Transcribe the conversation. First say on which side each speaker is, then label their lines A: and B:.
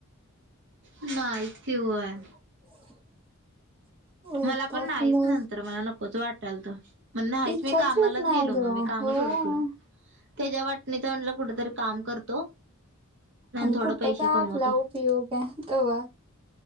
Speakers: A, on the right; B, on the right.
A: नाहीच की वय.
B: <unintelligible> वैताग
A: मला पण नाहीच
B: मग
A: नंतर मला नकोच वाटालत. म्हण नाही नाहीच
B: इच्छाच
A: मी कामालाच
B: होत नाही
A: गेलो
B: अगं
A: मग मी कामच
B: होय
A: हुडकल. त्याच्या वाटणीच म्हणलं कुठेतरी काम करतो.
B: आणि
A: थोडं
B: कुठं
A: पैसे
B: काय
A: कमवतो
B: आपला उपयोग हाय तवा.